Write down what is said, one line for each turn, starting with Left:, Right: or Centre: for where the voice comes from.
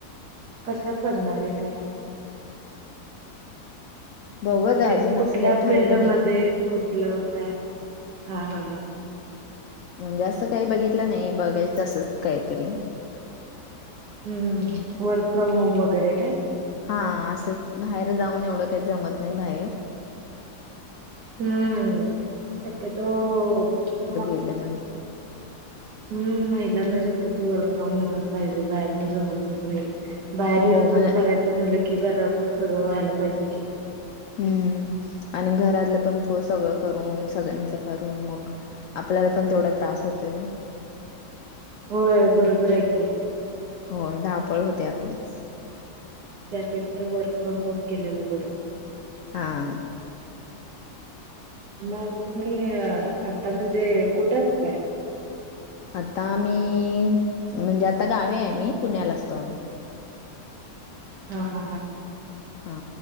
Right: कशात? बघणार आहे काय?
Left: बघूत
Right: म्हणजे
Left: अजून
Right: कुठल्या
Left: असं काही ठरवलं
Right: फिल्डमध्ये,
Left: नाही
Right: कुठलं काय? हा-हा-हा
Left: म्हणजे असं काही बघितलं नाही, बघायचं असंच काहीतरी
Right: हं,
Left: हम्म.
Right: वर्क फ्रॉम होम वगैरे काय?
Left: हा असंच, बाहेर जाऊन एवढं काही जमत नाही बाहेर
Right: हं.... शक्यतो म
Left: दिलं म्हटलं
Right: हं, महिलांना शक्यतो वर्क फ्रॉम होमच पाहिजे, बाहेरच जमतच नाही. बाहेर
Left: हो
Right: येऊन
Left: म
Right: जाऊन करायचं म्हणलं की, घरातलं सगळं व्हायला पाहिजे की
Left: हं आणि घरातलं पण पो सगळं करून, सगळ्यांचं करून मग आपल्याला पण तेवढा त्रास होतोय नो ओ
Right: होय, बरोबर आहे की
Left: होय, धावपळ होतीय आपलीच
Right: त्यापेक्षा वर्क फ्रॉम होम केलेलं बरं
Left: हा
Right: मग तुम्ही आता म्हणजे कुठं असताय?
Left: आता आम्ही.... म्हणजे आता गावी आहे. आम्ही पुण्याला असतो आम्ही.
Right: हा-हा-हा
Left: हा